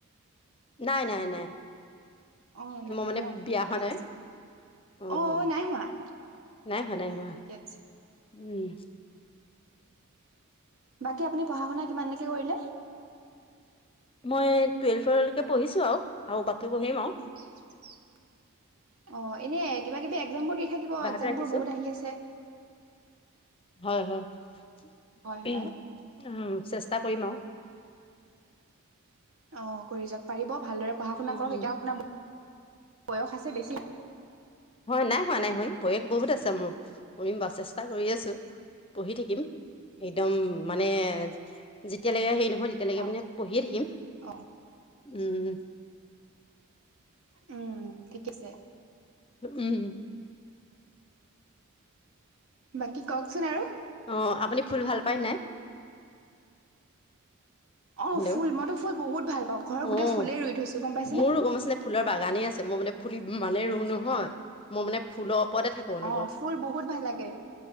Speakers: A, on the left; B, on the right.
A: নাই নাই নাই,
B: অ', নাই
A: মই মানে
B: ন
A: বিয়া
B: ঠিকে
A: হোৱা
B: আছে।
A: নাই।
B: অ',
A: উম,
B: অ', নাই হোৱা
A: নাই
B: অ',
A: হোৱা নাই হোৱা
B: ঠিকে আছে
A: উম।
B: বাকী আপুনি পঢ়া শুনা কিমানলৈকে কৰিলে?
A: মই টুৱেলভলৈকে পঢ়িছো আৰু, আৰু বাকী পঢ়িম আৰু।
B: <inaudible> অ এনে কিবা কিবি একজাম বোৰ দি থাকিব
A: অব্যাহত
B: এক্সামবোৰ
A: ৰাখিছো,
B: বহুত আহি আছে।
A: হয় হয়।
B: হয়, হয়।
A: উম চেষ্টা কৰিম আৰু।
B: অ কৰি যাওক পাৰিব ভালদৰে পঢ়া শুনা
A: উম
B: কৰক, এতিয়াও আপোনাৰ বয়স আছে বেছি
A: হয় নাই হোৱা নাই হোৱা বয়স বহুত আছে মোৰ, কৰিম বাৰু চেষ্টা কৰি আছো। পঢ়ি থাকিম একদম মানে যেতিয়ালৈকে হেৰি নহয় তেতিয়ালৈকে
B: অ
A: মানে পঢ়িয়ে থাকিম
B: অ
A: উম।
B: উম ঠিক আছে।
A: উম।
B: বাকী কওকচোন আৰু।
A: অ আপুনি ফুল ভাল পায় নাই?
B: অ
A: হেল্ল'
B: ফুল মইতো ফুল বহুত ভাল পাওঁ, ঘৰত গোটেই
A: অঁ
B: ফুলেই ৰুই থৈছো গম পাই
A: মোৰো গম পাইছা নে, ফুলৰ বাগানেই আছে মই মানে ফুল ইমানেই ৰুওঁ নহয়। মই মানে ফুলৰ ওপৰতে নথাকো অনবৰত।
B: অ ফুল বহুত ভাল লাগে